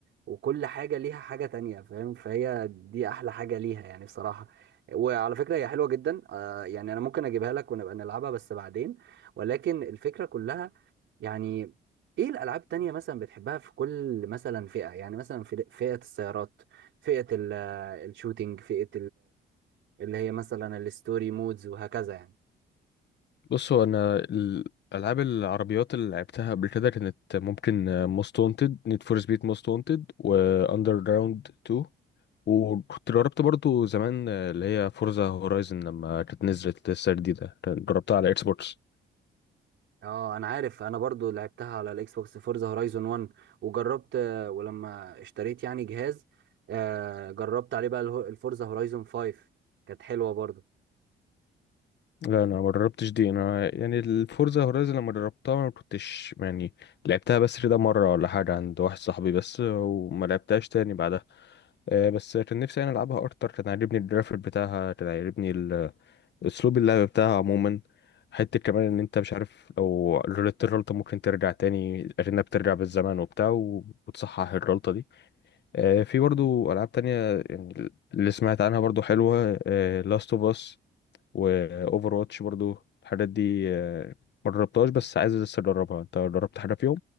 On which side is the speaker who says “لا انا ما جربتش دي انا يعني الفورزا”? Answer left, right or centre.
Left